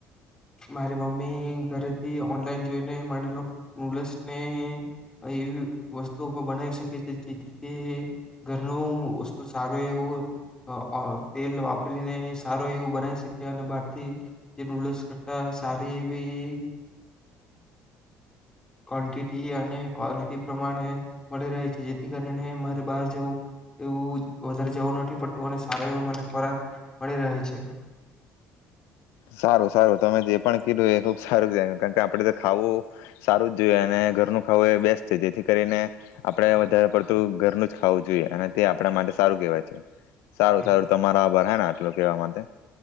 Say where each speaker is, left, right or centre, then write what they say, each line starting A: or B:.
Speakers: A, on the left; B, on the left.
A: મારી મમ્મી ઘરેથી ઓનલાઈન જોઈને માનેલો નૂડલ્સ ને એવી વસ્તુ પણ બનાવી શકે છે જેથી ઘરનું વસ્તુ સારું એવું અ અ તેલ વાપરીને સારું એવું બનાવી શક્યા અને બારથી નૂડલ્સ કરતા સારી એવી ક્વન્ટિટી અને ક્વોલિટી પ્રમાણે મળી રહે છે જેથી કરીને મારે બહાર જવું એવું વધારે જવું નથી પડતું અને સારો એવો મને ખોરાક મળી રહે છે.
B: સારું સારું તમે જે પણ કીધું એ ખુબ સારું કારણ કે આપડે તો ખાવું સારું જ જોઈએ અને ઘરનું ખાવું એ બેસ્ટ છે જેથી કરીને આપડે વધારે પડતું ઘરનું જ ખાવું જોઈએ અને તે આપણા માટે સારું કેહેવાય છે. સારું
A: હમ,
B: સારું તમારા <unintelligible> ને આટલૂ કહેવા માટે.